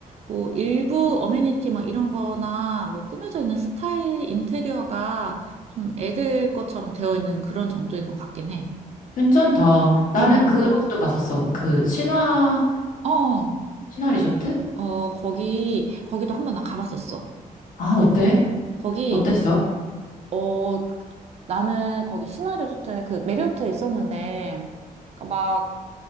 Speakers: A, on the right; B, on the left.
A: 뭐 일부 어메니티 막 이런 거나 뭐 꾸며져 있는 스타일 인테리어가 좀 애들 것처럼 되어 있는 그런 정도인 것 같긴 해.
B: 괜찮다. 나는
A: 음.
B: 그 것도 봤었어. 뭐 그 신화,
A: 어,
B: 신화 리조트?
A: 어, 거기, 거기도 한 번 나 가봤었어.
B: 아, 어때?
A: 거기,
B: 어땠어?
A: 어, 나는 거기 시나리오 호텔, 그 메리어트에 있었는데, 그러니까 막